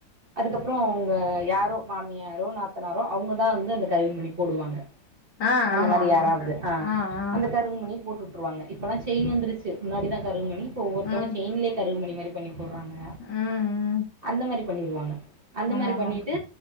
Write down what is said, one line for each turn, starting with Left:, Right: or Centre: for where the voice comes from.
Right: அதுக்கப்பறோ அவ்ங்க யாரோ மாமியாரோ நாத்தனாரோ அவ்ங்கதா வந்து அந்த கருகுமணி போடுவாங்க
Left: ஆ
Right: அந்த
Left: ஆமா
Right: மாரி
Left: ஆமாக்கா
Right: யாராவது அ
Left: ஆ ஆ
Right: அந்த கருகுமணி போட்டுட்டுருவாங்க இப்பெல்லா செயின் வந்திருச்சு முன்னாடிதா கருகுமணி இப்ப ஒவ்வொர்த்தவங்க
Left: ம்
Right: செயின்லே கருகுமணி மாரி வாங்க
Left: ம் ம்
Right: அந்த மாரி பண்ணிருவாங்க அந்த
Left: ஆமா
Right: மாரி
Left: ஆமாங்க
Right: பண்ணிட்டு